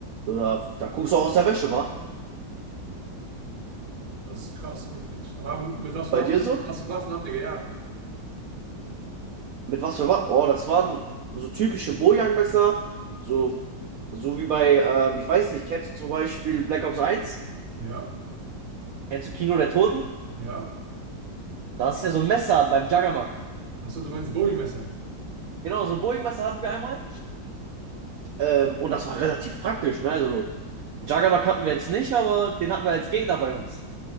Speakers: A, on the right; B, on the right.
A: so, da, da guckst du auch aus der Wäsche, wa?
B: Das ist krass, wirklich. Aber mit was
A: Bei
B: Waffen,
A: dir so?
B: was für Waffen habt ihr gejagt?
A: Mit was für was? Oh, das waren so typische Bojang-Messer, so, so wie bei, ähm, ich weiß nicht, kennst du zum Beispiel Black Ops eins
B: Ja,
A: Kennst du Kino der Toten?
B: ja.
A: Da ist ja so ein Messer beim Juggernaut.
B: Achso, du meinst Bowie-Messer.
A: Genau, so ein Bojang-Messer hatten wir einmal. Ähm, und das war relativ praktisch, ne? Also, Juggernaut hatten wir jetzt nicht, aber den hatten wir als Gegner bei uns.